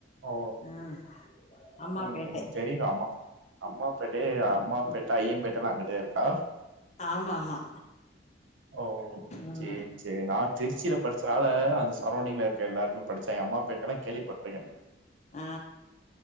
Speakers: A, on the right; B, on the left.
A: ஓ
B: ம் அம்மாபேட்டை
A: ம் தெரியுல அம்மா அம்மா பேட்டை அம்மா பேட்டை ஐய்யம்பேட்டலா அங்கிட்டே இருக்கா
B: ஆமா ஆமா
A: ஓ
B: ம்
A: செரி செரி நா திருச்சில படிச்சதால அந்த சரௌண்டிங்ல இருக்க எல்லாருமே படிச்சே எ அம்மா பேட்டலா கேள்விப்பட்ருக்கே
B: ஆ